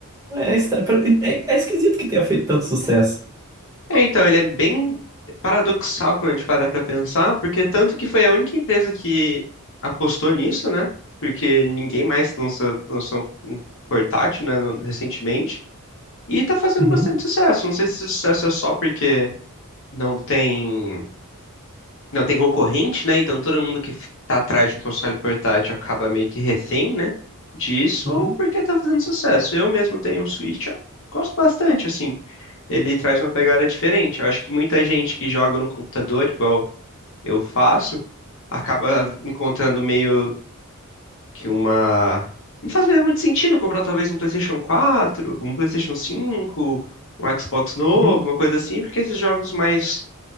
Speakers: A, on the right; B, on the left.
A: É, é estra- pra- é- é esquisito que tenha feito tanto sucesso.
B: É, então, ele é bem paradoxal quando a gente para pra pensar, porque tanto que foi a única empresa que apostou nisso, né? Porque ninguém mais lança- lançou um portátil, né, no- recentemente. E tá fazendo
A: Uhum,
B: bastante sucesso. Não sei se esse sucesso é só porque não tem, não tem concorrente, né? Então todo mundo que f- tá atrás de um console portátil acaba meio que refém, né? Disso,
A: uhum.
B: ou porque tá fazendo sucesso. Eu mesmo tenho um Switch, eu gosto bastante, assim ele traz uma pegada diferente. Eu acho que muita gente que joga no computador, igual eu faço, acaba encontrando meio que uma. Não faz meio muito sentido comprar talvez um PlayStation quatro, um PlayStation cinco, um Xbox novo,
A: uhum.
B: uma coisa assim, porque esses jogos mais